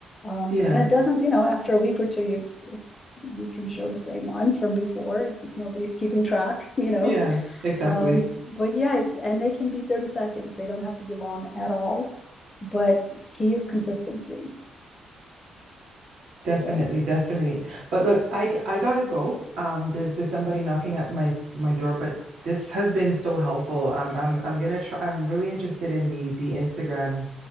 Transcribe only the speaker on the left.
Um,
and it doesn't, you know, after a week or two, you you can show the same one from before. Nobody's keeping track, <laughs> you know.
Um, but yeah, it- and they can be 30 seconds. They don't have to be long at all. But key is consistency.
So